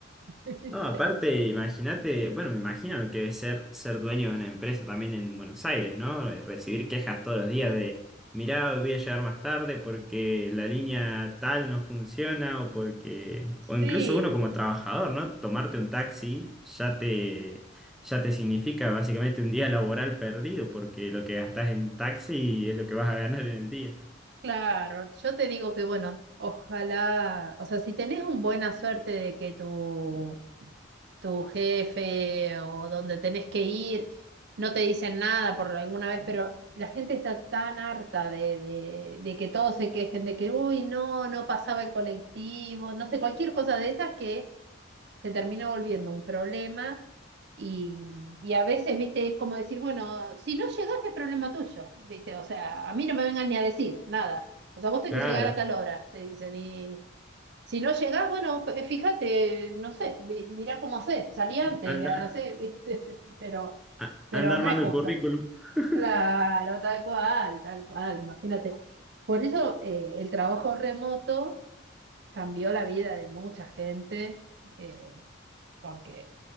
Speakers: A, on the right; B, in the centre.
A: <laughs> ¿Viste?
B: No, aparte, imagínate, bueno, me imagino lo que debe ser ser dueño de una empresa también en Buenos Aires, ¿no? Eh, Recibir quejas todos los días de, mirá, hoy voy a llegar más tarde porque la línea tal no funciona o porque,
A: Sí,
B: o incluso uno como trabajador, ¿no? Tomarte un taxi ya te, ya te significa básicamente un día laboral perdido porque lo que gastás en taxi es lo que vas a ganar en el día.
A: claro. Yo te digo que, bueno, ojalá, o sea, si tenés una buena suerte de que tu, tu jefe o donde tenés que ir no te dicen nada por alguna vez, pero la gente está tan harta de, de, de que todos se quejen, de que, uy, no, no pasaba el colectivo, no sé, cualquier cosa de esas que se termina volviendo un problema y, y a veces, viste, es como decir, bueno, si no llegás es problema tuyo, viste, o sea, a mí no me vengan ni a decir nada, o sea, vos tenés
B: Claro,
A: que llegar a tal hora, te dicen, y si no llegás, bueno, p- fíjate, no sé, mi- mirá cómo hacés, salí antes,
B: anda,
A: hacé, viste, <laughs> pero,
B: a-
A: pero
B: anda armando
A: no es justo.
B: el currículum. <laughs>
A: Claro, tal cual, tal cual, imagínate. Por eso eh, el trabajo remoto cambió la vida de mucha gente. eh, porque